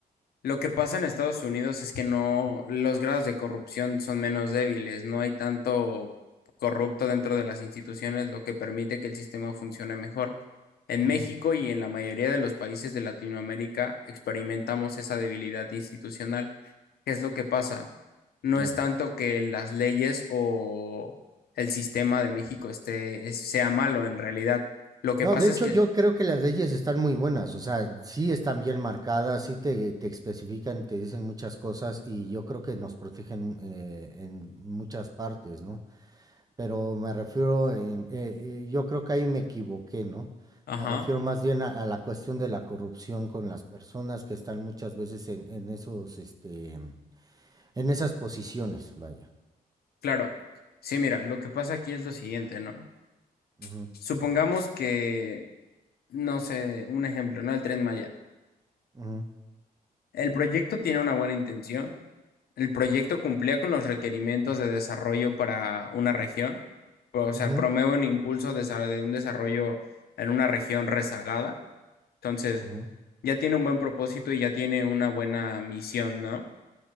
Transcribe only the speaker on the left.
lo que pasa en Estados Unidos es que no, los grados de corrupción son menos débiles, no hay tanto corrupto dentro de las instituciones, lo que permite que el sistema funcione mejor. En
México y en la mayoría de los países de Latinoamérica experimentamos esa debilidad institucional. ¿Qué es lo que pasa? No
es tanto que las leyes o el sistema de México esté, es- sea malo en realidad. Lo que
pasa
es que
Ajá,
claro. Sí, mira, lo que pasa aquí es lo siguiente, ¿no?
Supongamos que, no sé, un ejemplo, ¿no? El Tren Maya.
El proyecto tiene una buena intención. El proyecto cumplía con los requerimientos de desarrollo para una región. O sea,
promueve un impulso de sa- de un desarrollo en una región rezagada. Entonces,
ya tiene un buen propósito y ya tiene una buena misión, ¿no?